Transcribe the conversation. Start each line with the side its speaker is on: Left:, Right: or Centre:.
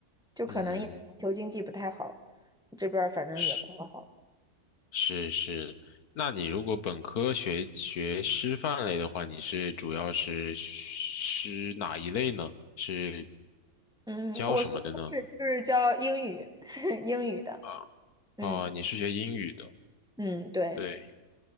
Centre: 就可能也全球经济不太好，
Left: 嗯。
Centre: 这边儿反正也不太好。
Left: 是。是是，那你如果本科学学师范类的话，你是主要是师哪一类呢？是
Centre: 嗯，
Left: 教什么的呢？
Centre: 我学的是就是教英语，<laughs> 英语的，
Left: 啊
Centre: 嗯
Left: 哦，你是学英语的，
Centre: 嗯，对。
Left: 对。